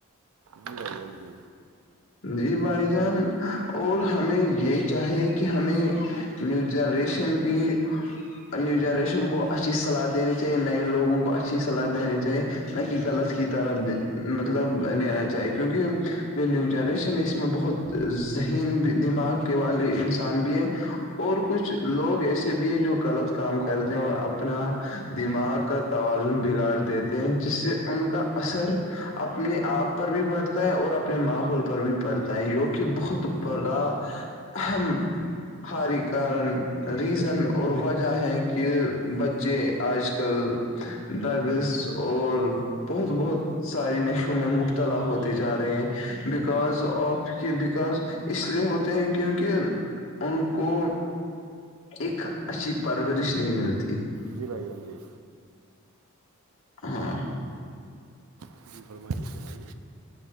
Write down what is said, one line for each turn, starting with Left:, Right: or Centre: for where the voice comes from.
Right: جی گ جی
Left: جی بھائی جان اور ہمیں یہ چاہیے کہ ہمیں نیو جنریشن کی نیو جنریشن کو اچھی سلاح دینی چاہیے نئے لوگوں کو اچھی صلاح دینی چاہیے نہ کہ غلط کی طرح مطلب لینا چاہیے کیونکہ یہ نیو جنریشن ہے اس میں بہت ذہین بھی دماغ کے والے انسان بھی ہے اور کچھ لوگ ایسے بھی ہیں جو غلط کام کرتے ہیں اور اپنا دماغ کا توازن بگاڑ دیتے ہیں جس سے ان کا اثر اپنے آپ پر بھی پڑتا ہے اور اپنے ماحول پر بھی پڑھتا ہے ی کہ بہت بڑا اہم ہاری کارن ریزن اور وجہ ہے کہ بچے آج کل ڈرگس اور بہت بہت ساریے نشوں میں مبتلا ہوتے جا رہے ہیں بکاز آف کی بکاس اس لیے ہوتے ہیں کیونکہ ان کو ایک اچھی پرورش نہیں ملتی
Right: جی بھائی جان جی
Left: ہاں
Right: ج فمائی فمائی